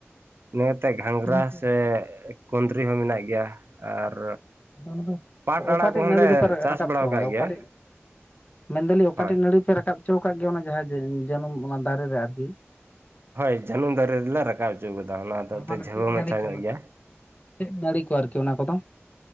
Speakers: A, on the right; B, on the left.
A: ᱤᱱᱟᱹ ᱠᱟᱛᱮᱜ ᱜᱷᱟᱸᱜᱽᱨᱟ
B: ᱜᱚᱝᱠᱮ
A: ᱥᱮ ᱠᱩᱸᱫᱽᱨᱤ ᱦᱚᱸ ᱢᱮᱱᱟᱜ ᱜᱮᱭᱟ ᱟᱨ
B: ᱟᱫᱚ ᱚᱱᱟ ᱫᱚ
A: ᱯᱟᱴ ᱟᱲᱟᱜ
B: ᱚᱠᱟᱴᱮᱡ
A: ᱠᱚᱦᱚᱸᱞᱮ
B: ᱱᱟᱹᱲᱤ ᱫᱚᱯᱮ ᱨᱟᱠᱟᱵ
A: ᱪᱟᱥ ᱵᱟᱲᱟ
B: ᱦᱚᱪᱚᱣ
A: ᱟᱠᱟᱫ
B: ᱠᱟᱫᱟ
A: ᱜᱮᱭᱟ
B: ᱚᱠᱟᱴᱤᱡ ᱢᱮᱱ ᱫᱟ. ᱞᱤᱧ ᱚᱠᱟᱴᱮᱡ
A: ᱦᱳᱭ
B: ᱱᱟᱹᱲᱤ ᱯᱮ ᱨᱟᱠᱟᱵ ᱦᱚᱪᱚ ᱟᱠᱟᱫ ᱜᱮᱭᱟ ᱚᱱᱟ ᱡᱟᱦᱟᱸ ᱡᱟᱹᱱᱩᱢ ᱚᱱᱟ ᱫᱟᱨᱮ ᱨᱮ ᱟᱨᱠᱤ?
A: ᱦᱳᱭ ᱡᱟᱹᱱᱩᱢ ᱫᱟᱨᱮ ᱨᱮᱞᱮ ᱨᱟᱠᱟᱵ ᱚᱪᱚ ᱟᱠᱟᱫᱟ ᱚᱱᱟ ᱫᱚ
B: ᱦᱮᱸ
A: ᱦᱚᱛᱮᱫ
B: ᱢᱟᱱᱮ
A: ᱡᱷᱟᱹᱣᱟᱹ
B: ᱪᱮᱫ
A: ᱢᱟᱪᱷᱟ
B: ᱱᱟᱹᱲᱤ ᱠᱚ
A: ᱧᱚᱜ
B: ᱚᱱᱟ
A: ᱜᱮᱭᱟ ᱾
B: ᱪᱮᱫ ᱱᱟᱹᱲᱤ ᱠᱚ ᱟᱨᱠᱤ ᱚᱱᱟ ᱠᱚᱫᱚ‌?